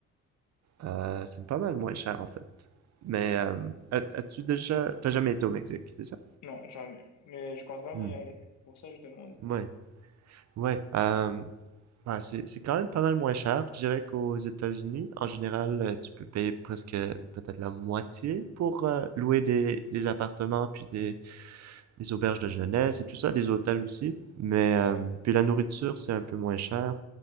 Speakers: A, on the right (about 60°); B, on the left (about 70°).
A: Euh, c'est pas mal moins cher en fait. Mais euh, as- as-tu déjà... T'as jamais été au Mexique, c'est ça?
B: Non, jamais. Mais je compte vraiment
A: Hmm.
B: y aller. Pour ça, je demande.
A: Ouais, ouais. Euh, ouais, c'est c'est quand même pas mal moins cher. Je dirais qu'aux États-Unis, en général, euh, tu peux payer presque peut-être la moitié pour euh, louer des, des appartements, puis des, des auberges de jeunesse et tout ça, des hôtels aussi. Mais euh,
B: Oui,
A: puis la nourriture, c'est un peu moins cher.